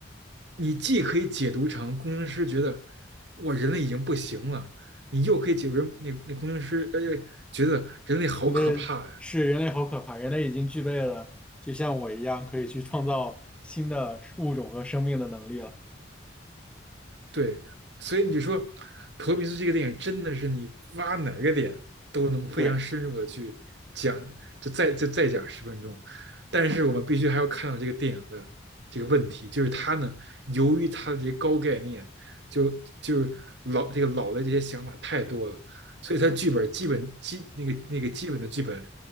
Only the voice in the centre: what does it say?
觉得是人类好可怕，人类已经具备了，就像我一样，可以去创造新的物种和生命的能力了。
对。